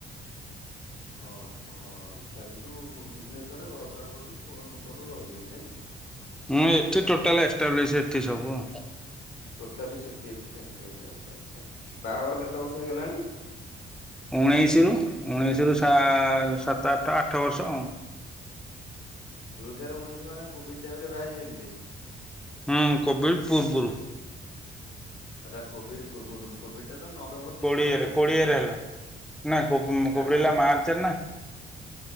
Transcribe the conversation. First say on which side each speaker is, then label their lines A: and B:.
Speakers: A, on the left; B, in the centre.
A: ଓହୋ। ହଁ ନା କିନ୍ତୁ ଭୁବନେଶ୍ଵରରେ ଘର ଦ୍ୱାର କରି ସୋହଳ ସତରରୁ ରହିଲେଣି ନାଇଁ କି?
B: ହୁଁ ଏଠି ଟୋଟାଲ ଏସଷ୍ଟାବ୍ଲିସ ଏଠି ସବୁ।
A: ଟୋଟାଲି ସେଠି ଏଠି ଏସଷ୍ଟାବ୍ଲିସ ଆଚ୍ଛା ଆଚ୍ଛା, ବାହାଘର କେତେ ବର୍ଷ ହେଇଗଲାଣି?
B: ଉଣେଇଶିରୁ ଉଣେଇଶିରୁ ସା ସାତ ଆଠ ଆଠ ବର୍ଷ ଉଁ।
A: ଦୁଇ ହଜାର ଉଣେଇଶି ମାନେ କୋଭିଡ୍ ଟାଇମ୍ ରେ ବାହାହେଇ ଯାଇଥିଲେ?
B: ହୁଁ କୋଭିଡ୍ ପୂର୍ବୁରୁ।
A: ଆଚ୍ଛା କୋଭିଡ୍ ପୂର୍ବରୁ, କୋଭିଡ୍ ଟା ତ ନଭେମ୍ବର୍ ଡିସେମ୍ବର୍
B: କୋଡ଼ିଏରେ
A: ଆଇଥିଲା
B: କୋଡ଼ିଏରେ
A: ନାଇଁ
B: ହେଲା
A: କି?
B: ନା କୋବ୍
A: ନା
B: କୋଭିଡ୍
A: ନା
B: ହେଲା
A: ଆଁ,
B: ମାର୍ଚ୍ଚ ରେ ନା।